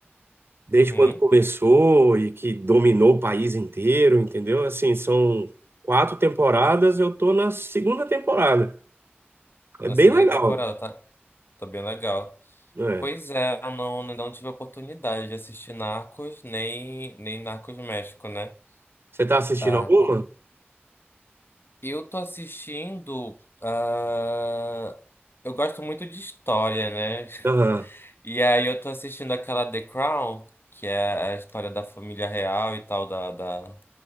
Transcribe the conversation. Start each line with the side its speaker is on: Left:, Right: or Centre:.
Right: desde
Left: Uhum,
Right: quando começou e que dominou o país inteiro, entendeu? Assim, são quatro temporadas, eu tô na segunda temporada. É
Left: na
Right: bem
Left: segunda
Right: legal.
Left: temporada, tá? Tá bem legal.
Right: né?
Left: Pois é, eu não, ainda não tive a oportunidade de assistir Narcos, nem, nem Narcos México, né?
Right: Você tá assistindo
Left: Ah,
Right: alguma?
Left: Eu tô assistindo. ah, Eu gosto muito de história, né? <laughs>
Right: Aham.
Left: E aí eu tô assistindo aquela The Crown, que é a história da família real e tal, da, da-